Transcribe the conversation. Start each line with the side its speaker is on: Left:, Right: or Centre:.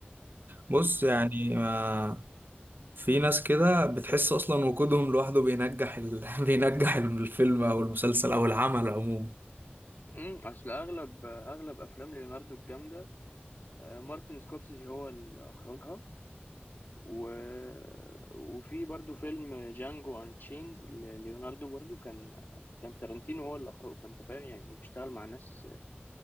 Right: بص يعني
Left: فاهم
Right: ما في ناس كده بتحس اصلا وجودهم لوحده بينجح ال... <laughs> بينجح الفيلم او المسلسل او العمل عموما
Left: امم اصل اغلب اغلب افلام ليوناردو الجامده آه، مارتن سكورسيزي هو اللي اخرجها و... وفي برضو فيلم جانجو انشيند ليوناردو برضو كان كان تارانتينو هو اللي اخرجه فانت فاهم يعني هو بيشتغل مع ناس